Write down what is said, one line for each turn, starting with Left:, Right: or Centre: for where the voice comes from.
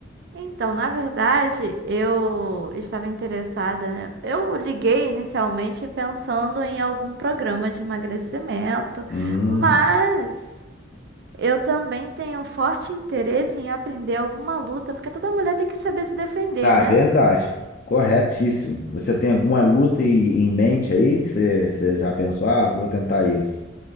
Right: Então, na verdade, eu estava interessada, né? Eu liguei inicialmente pensando em algum programa de emagrecimento,
Left: Hum,
Right: mas eu também tenho forte interesse em aprender alguma luta, porque toda mulher tem que saber se defender,
Left: tá,
Right: né?
Left: verdade. Corretíssimo. Você tem alguma luta em em mente aí? Você, você já pensou? Ah, vou tentar isso.